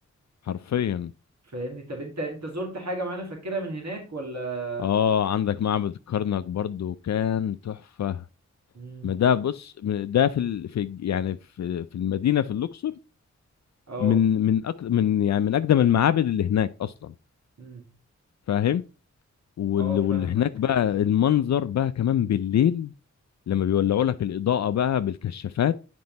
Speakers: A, on the left; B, on the right.
A: حرفيا
B: فاهمني طب انت انت زرت حاجة معينة فاكرها من هناك ولا
A: اه عندك معبد الكرنك برضو كان تحفة
B: امم
A: ما ده بص من- ده في ال... في يعني في في المدينه في الاقصر
B: اه
A: من من أك... من يعني من اقدم المعابد اللي هناك اصلا
B: امم
A: فاهم وال...
B: اه فاهمك
A: واللي هناك بقى المنظر بقى كمان بالليل لما بيولعوا لك الاضاءه بقى بالكشافات